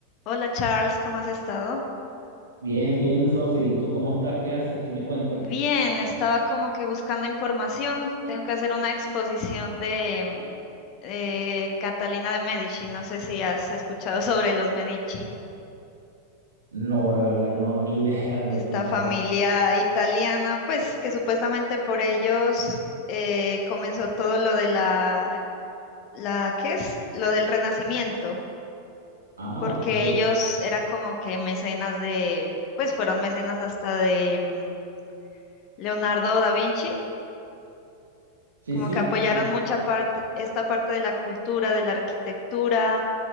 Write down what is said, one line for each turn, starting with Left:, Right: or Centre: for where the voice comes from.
Left: Hola Charles, ¿cómo has estado?
Right: Bien, bien, Sofi. ¿Tú cómo estás? ¿Qué haces? ¿Qué me cuentas?
Left: Bien, estaba como que buscando información. Tengo que hacer una exposición de mm, eh, Catalina de Medici. No sé si has escuchado <laughs> sobre los Medici,
Right: No, la verdad, no, ni idea de lo
Left: esta
Right: que me estás
Left: familia
Right: hablando.
Left: italiana, pues que supuestamente por ellos eh, comenzó todo lo de la, la, ¿qué es? Lo del Renacimiento,
Right: Ah,
Left: porque
Right: ok.
Left: ellos eran como que mecenas de, pues fueron mecenas hasta de mm, Leonardo da Vinci
Right: Sí,
Left: como
Right: sí,
Left: que apoyaron
Right: sí.
Left: mucha parte, esta parte de la cultura, de la arquitectura.